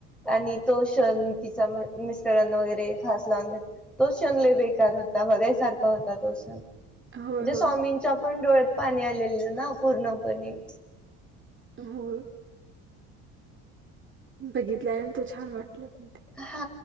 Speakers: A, in the centre; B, on the right.
A: आणि तो श तिचा मिस्टरना वगैरे फास लावून तो कण ल बेकार होता बघायसारखा होता तो कण
B: होय
A: म्हणजे स्वामींच्या
B: होय
A: पण डोळ्यात पाणी आलेलं ना पूर्णपणे
B: हो बघितल्यानंतर छान वाटलं पण ते
A: हा